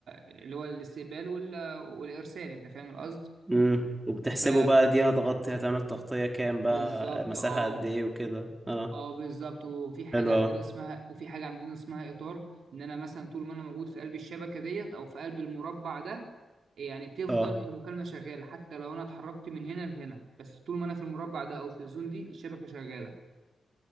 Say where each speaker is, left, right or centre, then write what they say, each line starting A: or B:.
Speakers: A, on the right; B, on the right.
A: اللي هو الاستقبال وال... والارسال انت فاهم القصد
B: امم وبتحسبوا
A: ف
B: بقى دي هتغطي هتعمل تغطية كام
A: بالظبط
B: بقى مساحة
A: اه
B: قد ايه وكده اه
A: اه بالظبط وفي حاجه
B: حلو
A: عندنا
B: اوي
A: اسمها وفي حاجه عندنا اسمها اطار ان انا مثلا طول ما انا موجود في قلب الشبكه ديت او في قلب المربع ده يعني تفضل
B: اه
A: المكالمه شغاله حتى لو انا اتحركت من هنا لهنا بس طول ما انا في المربع ده او في الزون دي الشبكه شغاله